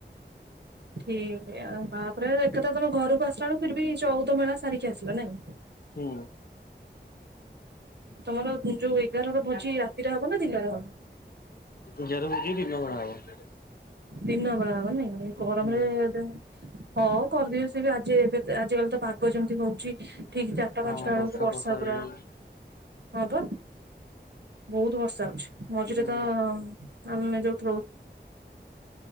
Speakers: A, on the right; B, on the left.
A: ଠିକି ଆଉ ତାପରେ ଏକାଥାରେ ତମେ ଘରକୁ ଆସିଲା ବେଳକୁ ଫିର ବି ଚଉଦ ମେଳା ସାରିକି ଆସିବ ନାଇଁ?
B: ହୁଁ।
A: ତମର ଯୋଉ ଏଗାରର ଭୋଜି ରାତିରେ ହବ ନା ଦିନରେ ହବ?
B: ଏଗାର ଭୋଜି ଦିନ ବେଳେ ହବ।
A: ଦିନ ବେଳା ହବ ନାଇଁ ଗରମରେ
B: ହୁଁ
A: ଦେହ। ହଁ କରିଦିଅ ସେ ବି ଆଜି ଏବେ ଆଜି କାଲି ତ ପାଗ ଯେମିତି ହୋଉଚି। ଠିକ୍ ଚାରିଟା
B: ହଁ
A: ପାଞ୍ଚଟା ବୋଳୁକୁ ବର୍ଷା
B: ଫର୍ଷା ହେଇଯାଉଛି
A: ପୁରା। ହଁପା ବହୁତୁ ବର୍ଷା ହୋଉଛି ମଝିରେ
B: ହୁଁ।
A: ତ ଆମେ ଯୋଉଠି ରହୁ